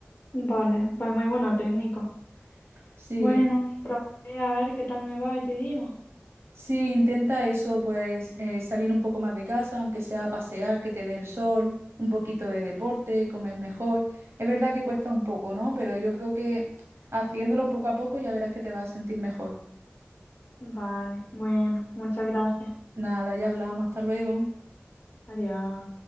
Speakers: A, on the left; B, on the right.
A: vale, pues muy buena técnica.
B: Sí,
A: Bueno, probaré a ver qué tal me va y te digo.
B: sí, intenta eso, pues eh, salir un poco más de casa, aunque sea a pasear, que te dé el sol, un poquito de deporte, comer mejor. Es verdad que cuesta un poco, ¿no? Pero yo creo que haciéndolo poco a poco ya verás que te vas a sentir mejor.
A: Vale, bueno, muchas gracias.
B: Nada, ya hablamos, hasta luego.
A: Adiós.